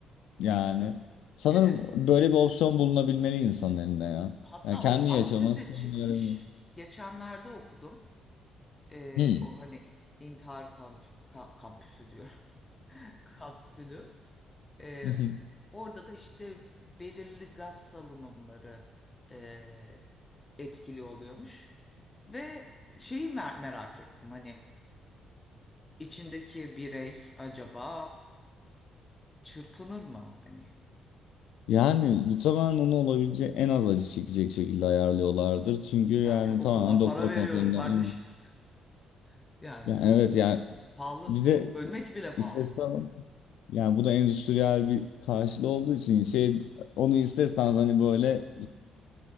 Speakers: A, on the left; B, on the left.
A: yani sanırım
B: Evet.
A: böyle bir opsiyon bulunabilmeli insanın elinde ya.
B: Hatta
A: Yani kendi
B: o kapsül
A: yaşaması
B: de
A: sonunu
B: çıkmış.
A: görebilir.
B: Geçenlerde okudum. E,
A: Hmm.
B: o hani intihar kamp ka- kampüsü diyor. <laughs> Kapsülü. E,
A: <laughs>
B: Orada da işte belirli gaz salınımları e, etkili oluyormuş. Ve şeyi mer- merak ettim hani içindeki birey acaba çırpınır mı? Hani
A: Yani bu tamamen onu olabileceği en az acı çekecek şekilde ayarlıyorlardır. Çünkü yani
B: yani çok, o
A: tamamen
B: kadar
A: doktor
B: para veriyorum
A: kontrolünde.
B: kardeşim.
A: Hmm.
B: <laughs> Yani
A: Yani
B: so-
A: evet yani
B: pahalı.
A: bir de
B: Ölmek bile pahalı.
A: istatistik yani bu da endüstriyel bir karşılığı olduğu için şey onu isterseniz hani böyle